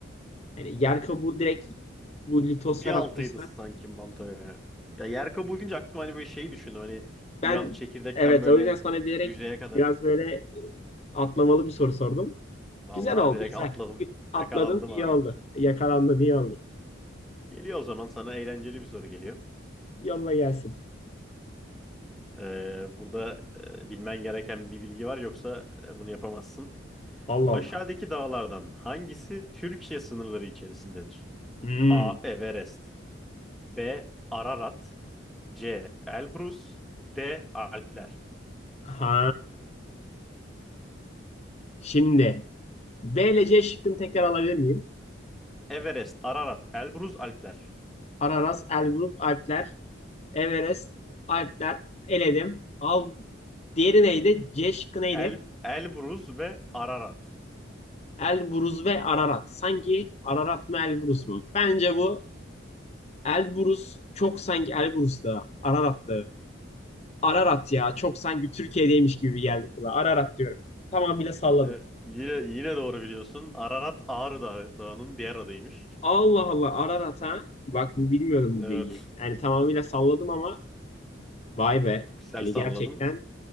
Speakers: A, on the left; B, in the centre.
A: Yani yer kabuğu direkt bu litosfer
B: Bir altıydı
A: atmosfer.
B: sanki mantoya. Ya Ya yer kabuğu deyince aklıma hani böyle şeyi düşündüm. Hani
A: Ben
B: dünyanın çekirdekten
A: evet
B: böyle
A: o yüzden sana bilerek
B: yüzeye kadar.
A: biraz böyle atlamalı bir soru sordum.
B: Vallahi
A: Güzel oldu
B: direkt
A: güzel.
B: atladım.
A: Atladın
B: Yakalandım
A: iyi
B: anı.
A: oldu. Yakalandın iyi oldu.
B: Geliyor o zaman sana eğlenceli bir soru geliyor.
A: Yolla gelsin.
B: Ee, burada e, bilmen gereken bir bilgi var yoksa e, bunu yapamazsın.
A: Allah
B: Aşağıdaki
A: Allah.
B: dağlardan hangisi Türkiye sınırları içerisindedir?
A: Hmm.
B: A. Everest B. Ararat C. Elbrus D. Alpler
A: Ha. Şimdi B ile C şıkkını tekrar alabilir miyim?
B: Everest, Ararat, Elbrus, Alpler.
A: Araras, Elbruf, Alpler, Everest, Alpler, eledim. Al, diğeri neydi? Ceşk neydi?
B: El, Elbruz ve Ararat.
A: Elbrus ve Ararat. Sanki Ararat mı Elbrus mu? Bence bu Elbrus çok sanki Elbrus da Ararat da. Ararat ya çok sanki Türkiye'deymiş gibi geldik kulağa. Ararat diyorum. Tamamıyla salladım.
B: Evet, yine yine doğru biliyorsun. Ararat Ağrı Dağı- Dağı'nın diğer adıymış.
A: Allah Allah Ararat ha. Bak bu bilmiyordum bu
B: Evet,
A: bilgiyi. Yani tamamıyla salladım ama vay be.
B: güzel
A: Hani
B: salladın.
A: gerçekten